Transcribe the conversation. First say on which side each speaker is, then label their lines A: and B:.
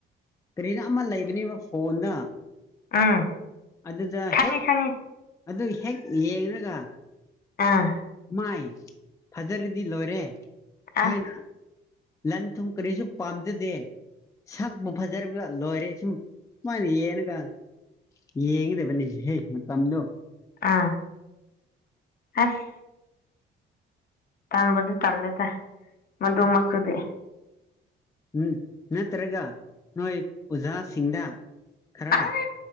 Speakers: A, on the left; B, on the left.
A: ꯀꯔꯤꯅ ꯑꯃ ꯂꯩꯕꯅꯦꯕ ꯐꯣꯟꯗ꯫
B: ꯎꯝ
A: ꯑꯗꯨꯗ
B: ꯈꯪꯉꯦ
A: ꯍꯦꯛ
B: ꯈꯪꯉꯦ
A: ꯑꯗꯨ ꯍꯦꯛ ꯌꯦꯡꯒ꯫
B: ꯑꯥ
A: ꯃꯥꯏ ꯐꯖꯔꯗꯤ ꯂꯣꯏꯔꯦ ꯍꯥꯏꯅ꯫
B: ꯑꯁ
A: ꯂꯟ ꯊꯨꯝ ꯀꯔꯤꯁꯨ ꯄꯥꯝꯖꯗꯦ꯫ ꯁꯛꯄꯨ ꯐꯖꯔꯕꯒ ꯂꯣꯏꯔꯦ ꯁꯨꯝ ꯁꯨꯃꯥꯏꯅ ꯌꯦꯅꯒ꯫ ꯌꯦꯡꯉꯗꯦꯕꯅꯤ ꯍ ꯃꯝꯣ꯫
B: ꯑꯥ ꯑꯁ꯫ ꯇꯟꯕꯨꯗꯤ ꯇꯜꯂꯦꯗ ꯃꯗꯨꯃꯛꯇꯨꯗꯤ꯫
A: ꯎ ꯅꯠꯇ꯭ꯔꯒ ꯅꯣꯏ ꯑꯣꯖꯥꯁꯤꯡꯗ꯫ ꯈꯔ
B: ꯑꯥ